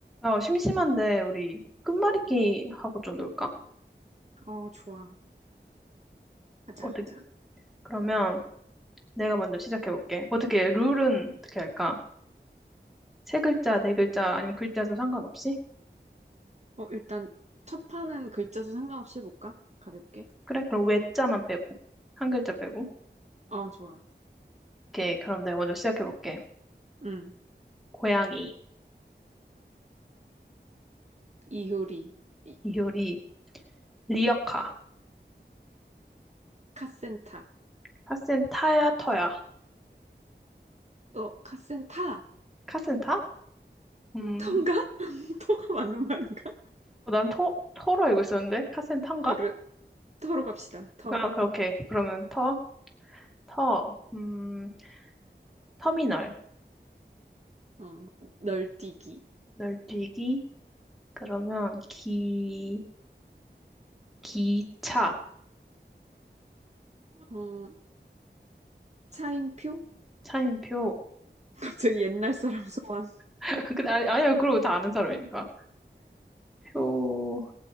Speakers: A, in the centre; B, on the right (about 40°).
A: 야, 심심한데 우리 끝말잇기 하고 좀 놀까?
B: 어, 좋아. 하자,
A: 어떻게?
B: 하자.
A: 그러면 내가 먼저 시작해볼게. 어떻게 룰은 어떻게 할까? 세 글자, 네 글자 아니면 글자도 상관없이?
B: 어, 일단 첫 판은 글자 수 상관없이 해볼까? 가볍게.
A: 그래? 그럼 외자만 빼고 한 글자 빼고.
B: 어, 좋아.
A: 오케이. 그럼 내가 먼저 시작해볼게.
B: 응.
A: 고양이,
B: 이효리. 이,
A: 이효리, 리어카,
B: 카센타.
A: 카센타야, 터야.
B: 어, 카센타!
A: 카센타? 음,
B: 터인가? <laughs> 터가 맞는 말인가?
A: 어, 난 터, 터로 알고 있었는데 카센타인가?
B: 아, 그래. 터로 갑시다. 터.
A: 아, 그렇게. 그러면 터, 터, 음, 터미널,
B: 어, 널뛰기.
A: 널뛰기. 그러면 기 기차
B: 어, 차임표?
A: 차임표 표
B: <laughs> 갑자기 옛날 사람 소환.
A: <laughs> 근데 아니, 아니야 그러고 다 아는 사람이니까 표